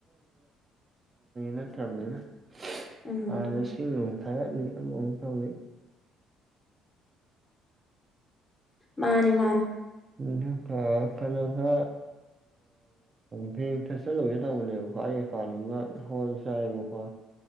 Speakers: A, on the right; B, on the left.
A: ꯅꯠꯇ꯭ꯔꯕꯅꯤꯅ
B: ꯎꯝ
A: ꯍꯥꯟꯅ ꯁꯤꯡ ꯑꯃꯨꯛ ꯊꯥꯒꯠꯀꯅꯤ ꯑꯃ ꯑꯃꯨꯛ ꯇꯧꯅꯤ
B: ꯃꯥꯅꯦ ꯃꯥꯅꯤ
A: ꯑꯗꯨꯒ ꯀꯩꯅꯣꯗ ꯕꯦꯀ꯭ꯇꯇ ꯆꯠꯂꯨꯒꯦ ꯇꯧꯕꯅꯦꯕ <unintelligible> ꯍꯣꯜ ꯆꯥꯏꯑꯕꯀꯣ